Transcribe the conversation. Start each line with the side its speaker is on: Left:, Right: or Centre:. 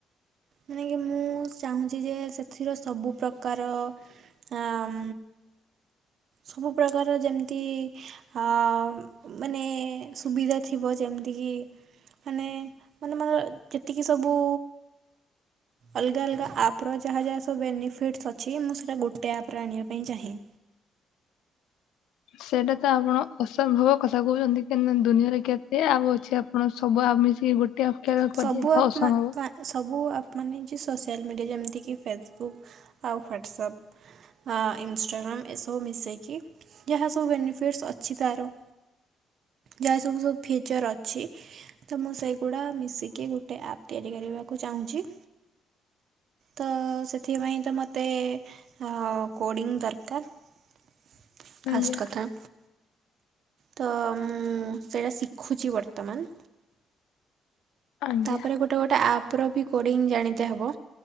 Right: ମାନେ କି ମୁଁ ଚାହୁଁଛି ଯେ ସେଥିର ସବୁ ପ୍ରକାର ଆମ୍ ସବୁ ପ୍ରକାର ଯେମତି ଆ ଅ ମାନେ ସୁବିଧା ଥିବ ଯେମିତିକି ମାନେ ମାନେ ମାନେ ଯେତିକି ସବୁ ଅଲଗା ଅଲଗା ଆପ୍ ର ଯାହା ଯାହା ସବୁ ବେନିଫିଟ୍ସ୍ ଅଛି ମୁଁ ସେଇଟା ଗୋଟେ ଆପ୍ ରେ ଆଣିବା ପାଇଁ ଚାହେଁ।
Left: ସେଇଟା ତ ଆପଣ ଅସମ୍ଭବ କଥା କହୁଛନ୍ତି କେ ଦୁନିଆରେ କେତେ ଆପ ଅଛି। ଆପଣ ସବୁ ଆପ ମିସେଇକି ଗୋଟେ ଆପ
Right: ସବୁ
Left: କରିବା ତ
Right: ଆପ୍
Left: ଅସମ୍ଭବ।
Right: ମା ମା ସବୁ ଆପ୍ ମାନେ ଯେ ସୋସିଆଲ୍ ମିଡ଼ିଆ ଯେମିତିକି ଫେସବୁକ୍ ଆଉ ହ୍ୱାଟସଅପ୍। ହଁ ଇନଷ୍ଟାଗ୍ରାମ ଏସବୁ ମିଶେଇକିି ଯାହା ସବୁ ବେନିଫିଟ୍ସ ଅଛି ତାର। ଯାହା ସବୁ ସବୁ ଫିଚର୍ ଅଛି ତ ମୁଁ ସେଇଗୁଡ଼ା ମିଶିକି କି ଗୋଟେ ଆପ୍ ତିଆରି କରିବାକୁ ଚାହୁଁଛି। ତ ସେଥିପାଇଁ ତ ମୋତେ ହଁ କୋଡିଙ୍ଗ ଦରକାର ଫାଷ୍ଟ
Left: ଆଜ୍ଞା
Right: କଥା। ତ ସେଇଟା ଶିଖୁଛି ବର୍ତ୍ତମାନ।
Left: ଆଜ୍ଞା।
Right: ତାପରେ ଗୋଟେ ଗୋଟେ ଆପ। ଆପର ବି କୋଡ଼ିଙ୍ଗ ଜାଣିିତ ହବ